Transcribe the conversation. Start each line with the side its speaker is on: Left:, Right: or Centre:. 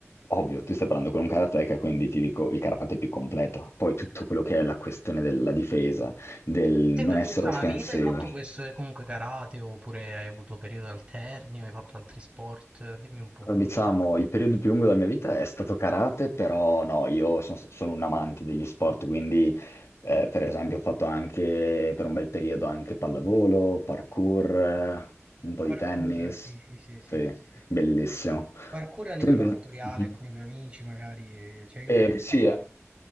Left: Ovvio, tu stai parlando con un karateka, quindi ti dico il karate è più completo. Poi tutto quello che è la questione della difesa, del non
Right: Te per
Left: essere
Right: tutta
Left: offensivo.
Right: la vita hai fatto questo, eh, comunque karate, oppure hai avuto periodi alterni, o hai fatto altri sport? Dimmi un po'.
Left: Diciamo, il periodo più lungo della mia vita è stato karate, però no, io son- sono un amante degli sport, quindi eh, per esempio ho fatto anche per un bel periodo anche pallavolo, parkour, eh, un po'
Right: Parkour,
Left: di tennis.
Right: sì, sì, sì, sì,
Left: Sì,
Right: sì, sì.
Left: bellissimo.
Right: Parkour a livello
Left: Tu invece?
Right: amatoriale
Left: Mhm.
Right: con i tuoi amici, magari. Cioè, io
Left: Eh,
Right: boh, ho
Left: sì,
Right: fatto.
Left: eh.